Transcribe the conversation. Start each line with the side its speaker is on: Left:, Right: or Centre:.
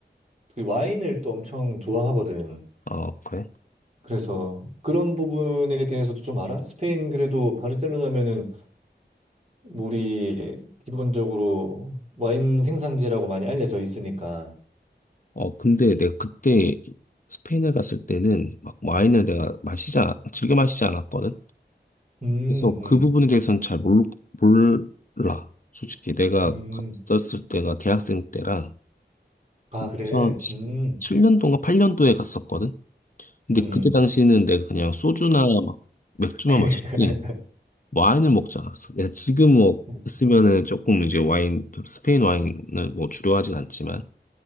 Right: 그 와인을 또 엄청 좋아하거든.
Left: 아, 그래?
Right: 그래서 그런 부분에 대해서도 좀 알아? 스페인 그래도 바르셀로나면은 우리 기본적으로 와인 생산지라고 많이 알려져 있으니까.
Left: 어, 근데 내가 그때 스페인을 갔을 때는 막 와인을 내가 마시지, 않- 즐겨 마시지 않았거든?
Right: 음,
Left: 그래서
Right: 음,
Left: 그 부분에 대해서는 잘 모르, 몰라. 솔직히 내가
Right: 음.
Left: 갔었을 때가 대학생 때랑
Right: 아,
Left: 2017년도인가
Right: 그래? 음,
Left: 8년도에 갔었거든? 근데
Right: 음.
Left: 그때 당시에는 내가 그냥 소주나 막 맥주만
Right: <laughs>
Left: 마셨지, 와인을 먹지 않았어. 내가 지금 뭐,
Right: 그러니까.
Left: 했으면은 조금 이제 와인, 스페인 와인을 뭐 주려하진 않지만,